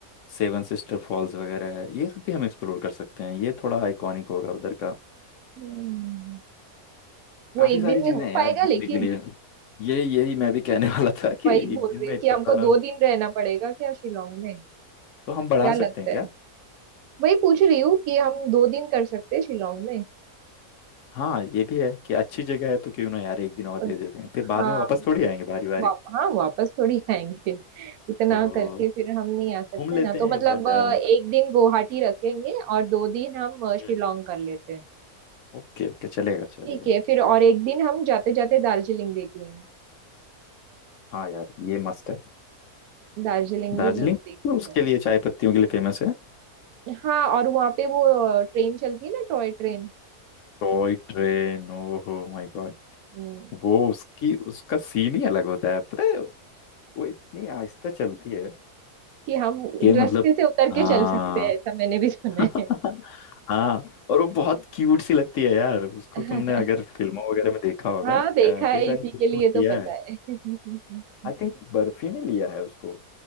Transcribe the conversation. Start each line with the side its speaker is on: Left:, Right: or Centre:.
Left: सेवन सिस्टर फॉल्स वगैरह है ये सब भी हम एक्सप्लोर कर सकते हैं ये थोड़ा आइकॉनिक होगा उधर का
Right: हम्म, वो
Left: काफी
Right: एक
Left: सारी
Right: दिन
Left: चीजें
Right: में हो
Left: हैं
Right: पाएगा
Left: यार घूमने
Right: लेकिन
Left: के लिए यही यही मैं भी कहने <laughs> वाला था कि
Right: वही बोल
Left: एक दिन
Right: रही
Left: में
Right: हूँ
Left: इतना
Right: कि हमको
Left: सारा
Right: दो दिन रहना पड़ेगा क्या शिलोंग में
Left: तो हम बढ़ा
Right: क्या
Left: सकते
Right: लगता
Left: हैं क्या
Right: है वही पूछ रही हूँ कि हम दो दिन कर सकते हैं शिलोंग में
Left: हाँ ये भी है कि अच्छी जगह है तो क्यों ना यार एक दिन और
Right: और
Left: दे देते हैं फिर बाद
Right: हाँ
Left: में वापस थोड़ी आएंगे बारी बारी
Right: वाप, हाँ वापस थोड़ी आएंगे इतना
Left: तो
Right: करके फिर हम नहीं आ सकते
Left: घूम लेते
Right: ना तो
Left: हैं
Right: मतलब
Left: एक बार जा
Right: अ,
Left: रहे हैं
Right: एक दिन गुवाहाटी रखेंगे और दो दिन हम अ,
Left: तो
Right: शिलोंग
Left: हम्म।
Right: कर लेते हैं
Left: ओके ओके चलेगा चलेगा
Right: ठीक है फिर और एक दिन हम जाते जाते दार्जिलिंग देख लेंगे
Left: हाँ यार ये मस्त है
Right: दार्जिलिंग
Left: दार्जिलिंग
Right: भी मुझे देखना
Left: तो उसके लिए चाय पत्तियों के लिए फेमस है
Right: है हाँ और वहाँ पे वो अ, ट्रेन चलती है ना टॉय ट्रेन
Left: टॉय ट्रेन ओहो माय गॉड
Right: हम्म
Left: वो उसकी उसका सीन ही अलग होता है पता है वो इतनी आहिस्ता चलती है
Right: कि हम
Left: कि मतलब
Right: रास्ते से उतर
Left: हाँ
Right: के चल सकते हैं ऐसा मैंने
Left: <laughs>
Right: भी सुना
Left: हाँ और वो बहुत क्यूट सी लगती है यार उसको तुमने
Right: है
Left: अगर
Right: <laughs>
Left: फिल्मों वगैरह में देखा होगा
Right: हाँ
Left: अ,
Right: देखा
Left: कई
Right: है
Left: सारी
Right: इसी
Left: फिल्मों
Right: के लिए
Left: में
Right: तो
Left: लिया
Right: पता
Left: है
Right: है <laughs>
Left: आई थिंक बर्फी ने लिया है उसको